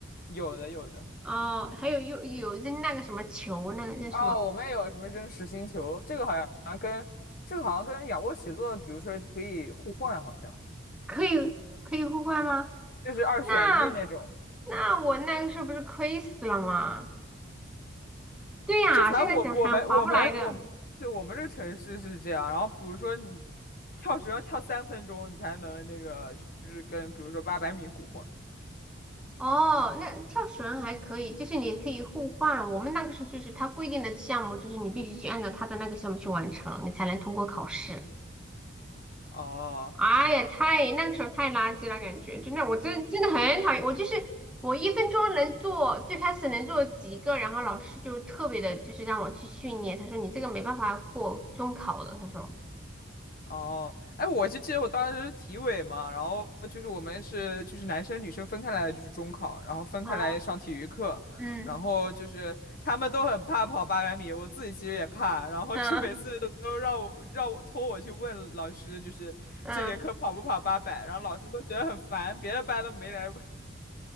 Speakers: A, on the left (about 45°); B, in the centre.
A: 有的有的。
B: 哦，还有有有扔那个什么球，那个那什么？
A: 哦，我们也有什么扔实心球，这个好像跟这个好像跟仰卧起坐，比如说可以互换，好像
B: 可以可以互换吗？
A: 就是二选一那种。
B: 那那我那个时候不是亏死了吗？对呀，
A: 就反正我我们我们我们对我们这个城市是这样，
B: 现在想还划不来的。
A: 然后比如说你跳绳要跳三分钟，你才能那个就是跟比如说八百米互换。
B: 哦，那跳绳还可以，就是你可以互换。我们那个时候就是他规定的项目，就是你必须去按照他的那个项目去完成，你才能通过考试。
A: 哦，
B: 哎呀，太那个时候太垃圾了，感觉真的，我真真的很讨厌。我就是我一分钟能做，最开始能做几个，然后老师就特别的，就是让我去训练。他说你这个没办法过中考的，他说。
A: 哦，哎，我就记得我当时是体委嘛，然后就是我们是就是男生女生分开来的，就是中考，然后分开来上体育课，
B: 哦，嗯
A: 然后就是他们都很怕跑八百米，我自己其实也怕，然后就每次都让我让我托我去问老师，
B: 嗯
A: 就是这节课跑不跑八百，
B: 嗯，
A: 然后老师都觉得很烦，别的班都没来问。